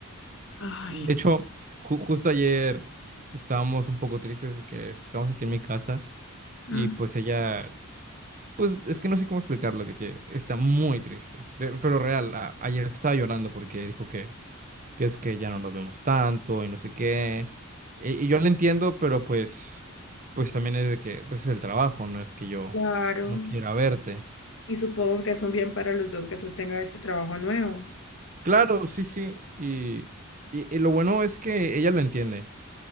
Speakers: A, on the left; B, on the right.
A: Ay,
B: De hecho, ju- justo ayer estábamos un poco tristes de que estamos aquí en mi casa.
A: mm,
B: Y pues ella Pues es que no sé cómo explicarlo, de que está muy triste. De- pero real, a- ayer estaba llorando porque dijo que, que es que ya no nos vemos tanto y no sé qué. Y, y yo lo entiendo, pero pues, pues también es de que pues es el trabajo, no es que yo
A: claro.
B: no quiera verte.
A: Y supongo que es un bien para los dos que tú tengas este trabajo nuevo.
B: Claro, sí, sí. Y, y, y lo bueno es que ella lo entiende.